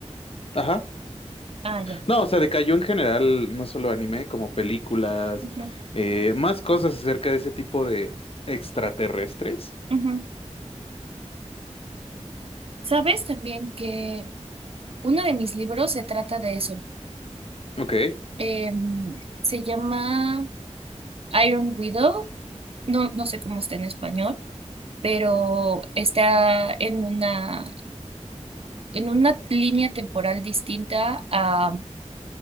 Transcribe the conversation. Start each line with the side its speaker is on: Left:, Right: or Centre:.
Left: Ajá.
Right: Ah, ya.
Left: No, o sea, decayó en general, no solo anime, como películas,
Right: Ujú,
Left: eh, más cosas acerca de ese tipo de extraterrestres.
Right: ujú. ¿Sabes también que uno de mis libros se trata de eso?
Left: Ok,
Right: Em, se llama Iron Widow, no, no sé cómo está en español, pero está en una en una línea temporal distinta a,